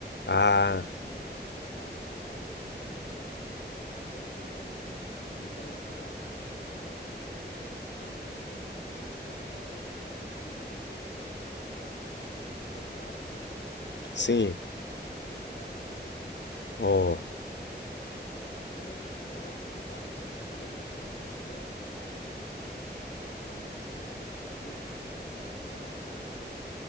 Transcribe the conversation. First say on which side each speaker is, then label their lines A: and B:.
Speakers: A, on the left; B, on the left.
A: Ah,
B: ali no Palácio das Artes também tem. Tem o, o Cine Belas Artes, que é um, um, um cinema onde passam filmes mais alternativos, às vezes até alguns filmes locais, que pode
A: sim.
B: ser interessante você visitar. É,
A: Ó.
B: então são, são alguns lugares, assim. Aqui em Belo Horizonte tem muito boteco também, não sei se você é, toma uma cerveja, mas vale a pena,